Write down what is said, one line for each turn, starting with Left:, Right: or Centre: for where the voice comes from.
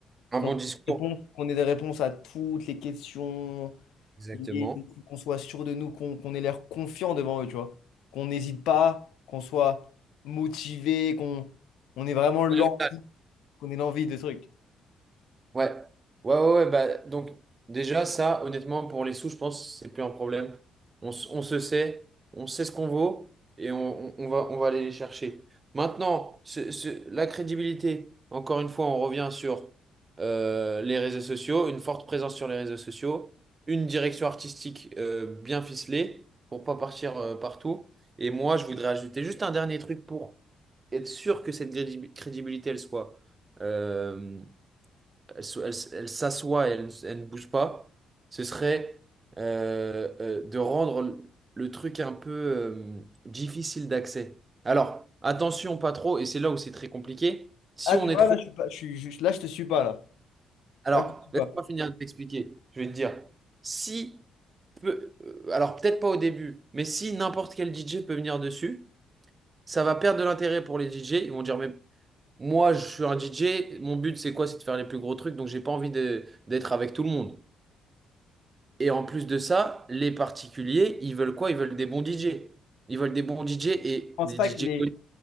Right: Un
Left: qu'on
Right: bon
Left: ait
Right: discours,
Left: des réponses, qu'on ait des réponses à toutes les questions,
Right: exactement.
Left: liées, qu'on soit sûr de nous, qu'on qu'on ait l'air confiant devant eux, tu vois. Qu'on n'hésite pas, qu'on soit motivé, qu'on on ait vraiment l'envie,
Right: Ouais,
Left: qu'on ait l'envie de trucs.
Right: ouais, ouais, ouais, bah, donc déjà ça, honnêtement, pour les sous, je pense que c'est plus un problème. On, s- on se sait, on sait ce qu'on vaut et on, on- on va, on va aller les chercher. Maintenant, ce- ce- la crédibilité, encore une fois, on revient sur euh, les réseaux sociaux, une forte présence sur les réseaux sociaux, une direction artistique euh, bien ficelée pour pas partir euh, partout. Et moi, je voudrais ajouter juste un dernier truc pour. être sûr que cette crédi- crédibilité, elle soit, euh, elle, so- elle s- elle s'assoit et elle, ne elle ne bouge pas, ce serait euh, euh, de rendre le le truc un peu euh, difficile d'accès. Alors, attention, pas trop, et c'est là où c'est très compliqué. Si
Left: Ah,
Right: on
Left: tu
Right: est
Left: vois,
Right: trop...
Left: là, je suis pas, je suis, je- là, je te suis pas, là.
Right: Alors,
Left: Là, je te suis pas.
Right: laisse-moi
Left: Je
Right: finir de t'expliquer. Je vais te dire, si... peu- euh, Alors, peut-être pas au début, mais si n'importe quel DJ peut venir dessus, ça va perdre de l'intérêt pour les DJ. Ils vont dire, mais Moi, je suis un DJ. Mon but, c'est quoi? C'est de faire les plus gros trucs. Donc, j'ai pas envie de- d'être avec tout le monde. Et en plus de ça, les particuliers, ils veulent quoi? Ils veulent des bons DJ. Ils veulent des bons DJ et
Left: pense
Right: des
Left: pas
Right: DJ
Left: que les...
Right: connus.